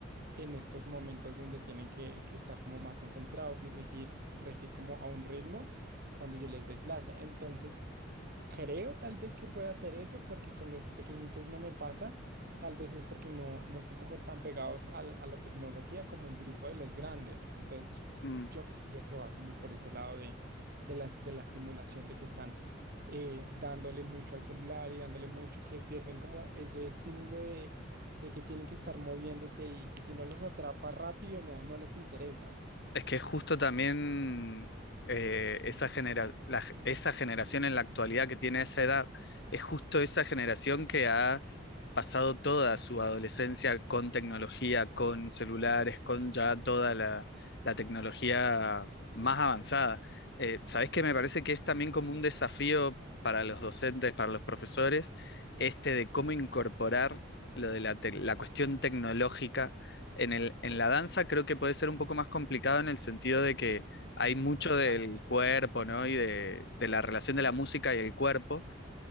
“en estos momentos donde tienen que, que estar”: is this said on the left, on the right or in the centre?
Right